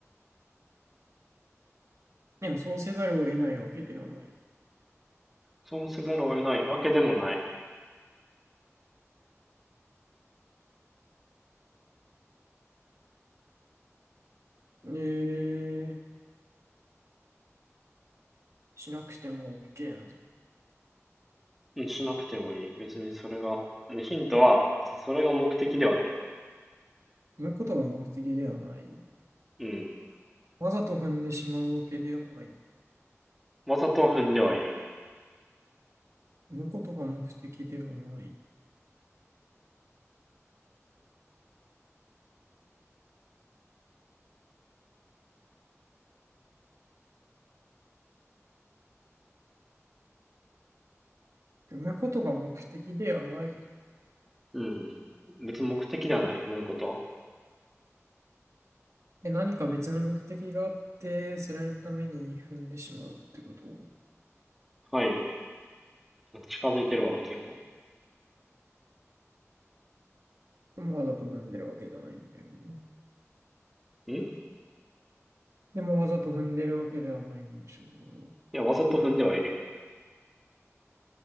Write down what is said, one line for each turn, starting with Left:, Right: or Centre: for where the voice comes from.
Right: でもそうせざるを得ないわけではない。
Centre: そうせざるを得ないわけでもない。
Right: えー、しなくても OK な。
Centre: うん、しなくてもいい。別にそれが。ヒントは、それが目的ではない。
Right: 産むことが目的ではない。
Centre: うん。
Right: わざと踏んでしまうわけではない。
Centre: わざとは踏んではいる。
Right: 産むことが目的ではない。産むことが目的ではない。
Centre: うん。別に目的ではない、踏むことは。
Right: え、何か別の目的があって、それのために踏んでしまうってこと
Centre: はい。近づいてるわ、結構。
Right: でもわざと踏んでるわけじゃないんだよね。
Centre: んい
Right: でもわざと踏んでるわけではないんでしょう。
Centre: や、わざと踏んではいる。
Right: わざと、